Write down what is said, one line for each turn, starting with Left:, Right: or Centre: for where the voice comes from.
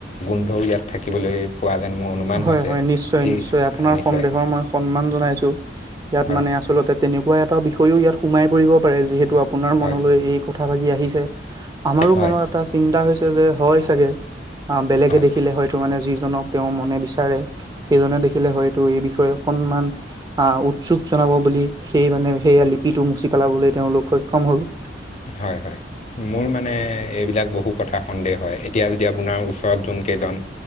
Left: গোন্ধ ইয়াত থাকিবলৈ পোৱা যেন মোৰ অনুমান
Right: হয়
Left: হৈছে
Right: হয় নিশ্চয়
Left: যি
Right: নিশ্চয় আপোনাৰ
Left: নিশ্চয়
Right: সন্দেহৰ মই সন্মান জনাইছো ইয়াত
Left: হয়
Right: মানে আচলতে তেনেকুৱা এটা বিষয়ও ইয়াত সোমাই পৰিব পাৰে যিহেতু আপোনাৰ
Left: হয়
Right: মনলৈ এই কথা ভাগি আহিছে আমাৰো
Left: হয়
Right: মনৰত এটা চিন্তা হৈছ ছে যে হয় চাগে অ বেলেগে
Left: হয়
Right: দেখিলে হয়তো মানে যিজনক তেওঁ মনে বিচাৰে সেই জনে দেখিলে হয়টো এই বিষয়ে অকনমান আ উৎকোচ জনাব বুলি সেই সেইকাৰণে সেয়া লিপিটো মুচি পেলাবলৈ তেওঁলোক সক্ষম হ'ল
Left: হয় হয় মোৰ মানে এইবিলাক বহু কথা সন্দেহ হয় এতিয়া যদি আপোনাৰ ওচৰত যোন কেইজন